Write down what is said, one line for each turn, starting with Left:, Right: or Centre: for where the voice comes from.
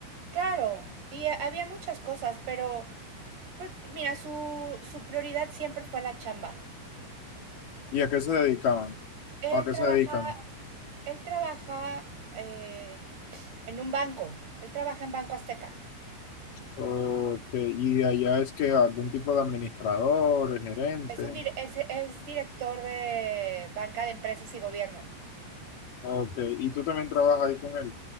Right: Claro, y eh, había muchas cosas, pero pues mira, su, su prioridad siempre fue la chamba.
Left: ¿Y a qué se dedicaban?
Right: Él
Left: ¿A qué
Right: trabaja,
Left: se dedican?
Right: él trabaja eh, en un banco, él trabaja en Banco Azteca.
Left: Ok, y allá es que algún tipo de administrador, gerente,
Right: Es, un dir- es, es director de banca de empresas y gobierno.
Left: ok, y tú también trabajas ahí con él,